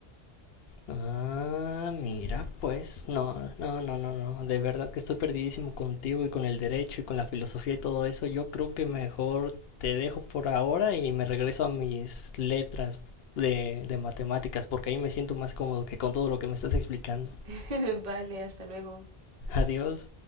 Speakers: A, on the left; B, on the right.
A: Ah, mira, pues, no, no, no, no, no, de verdad que estoy perdidísimo contigo y con el derecho y con la filosofía y todo eso. Yo creo que mejor te dejo por ahora y me regreso a mis letras de, de matemáticas, porque ahí me siento más cómodo que con todo lo que me estás explicando.
B: <laughs> Vale, hasta luego.
A: <laughs> Adiós.